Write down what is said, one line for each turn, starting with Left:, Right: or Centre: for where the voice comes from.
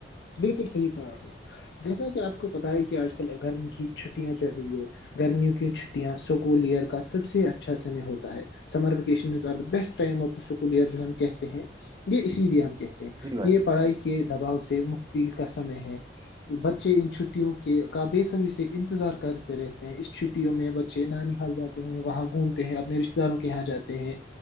Left: بالکل صحیح کہا آپ نے جیسا کہ آپ کو پتا ہے کہ آج کل اگرم کی چھٹیاں چل رہی ہے گرمیوں کی چھٹیاں سکول ایئر کا سب سے اچھا سمے ہوتا ہے سمر ویکیشنا بیسٹ ٹمکول ایئر جو ہم کہتے ہیں یہ اسی لیے ہم کہتے ہیں
Right: جی بھائی
Left: یہ
Right: جان
Left: پڑھائی کے دباؤ سے مکتی کا سمے ہے بچے ان چھٹیوں کے کا بےصبری سے انتظار کرتے رہتے ہیں اس چھٹی چھٹیوں میں بچے نانی حال جاتے ہیں وہاں گھومتے ہیں اپنے رشتے داروں کے یہاں جاتے ہیں